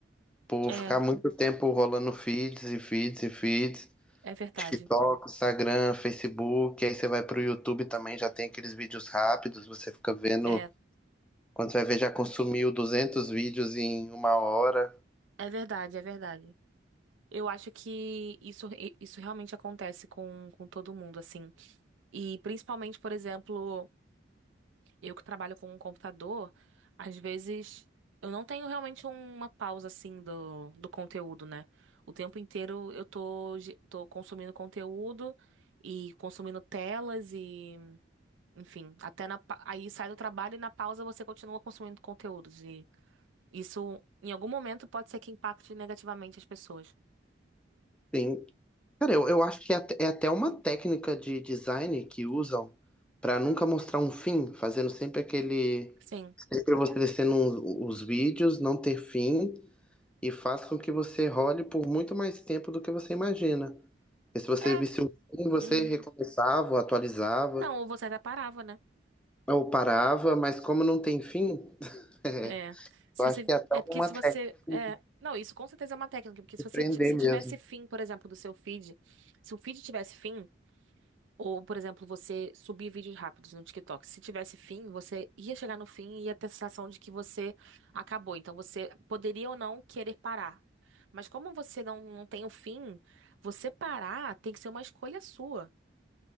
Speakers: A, in the centre; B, on the right.
A: por
B: É,
A: ficar muito tempo rolando feeds e feeds e feeds,
B: é verdade.
A: TikTok, Instagram, Facebook, aí você vai pro YouTube também, já tem aqueles vídeos rápidos, você fica vendo,
B: É,
A: quando você vai ver já consumiu 200 vídeos em uma hora,
B: é verdade, é verdade. Eu acho que isso, isso realmente acontece com, com todo mundo, assim. E principalmente, por exemplo. Eu que trabalho com um computador, às vezes eu não tenho realmente uma pausa assim do, do conteúdo, né? O tempo inteiro eu tô, ge- tô consumindo conteúdo e consumindo telas e, enfim, até na, pa- aí sai do trabalho e na pausa você continua consumindo conteúdos. E isso, em algum momento, pode ser que impacte negativamente as pessoas.
A: Sim, Cara, eu, eu acho que é, at- é até uma técnica de design que usam pra nunca mostrar um fim, fazendo sempre aquele.
B: Sim.
A: Sempre você descendo os, os vídeos, não ter fim, e faz com que você role por muito mais tempo do que você imagina. Porque se você
B: É.
A: visse o fim, você
B: Uhum.
A: recomeçava, atualizava,
B: Não, ou você até parava, né?
A: ou parava, mas como não tem fim, <laughs>
B: É. Se
A: eu
B: você,
A: acho que é até
B: é porque
A: uma
B: se
A: técnica
B: você,
A: de
B: é, não, isso com certeza é uma técnica, porque se
A: de
B: você,
A: prender
B: ti- se
A: mesmo.
B: tivesse fim, por exemplo, do seu feed, se o feed tivesse fim, ou, por exemplo, você subir vídeos rápidos no TikTok, se tivesse fim, você ia chegar no fim e ia ter a sensação de que você acabou. Então, você poderia ou não querer parar. Mas como você não, não tem o fim, você parar tem que ser uma escolha sua,